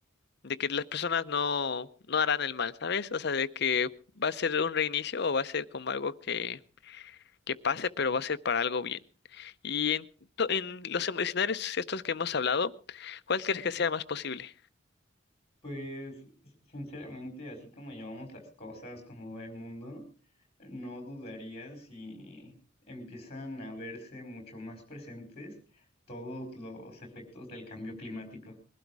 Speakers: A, on the left; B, on the left.
A: de que las personas no, no harán el mal, ¿sabes? O sea, de que va a ser un reinicio o va a ser como algo que, que pase, pero va a ser para algo bien. Y en, to- en los escenarios estos que hemos hablado, ¿cuál crees que sea más posible?
B: Pues sinceramente, así como llevamos las cosas, como va el mundo, no dudaría si empiezan a verse mucho más presentes todos los efectos del cambio climático.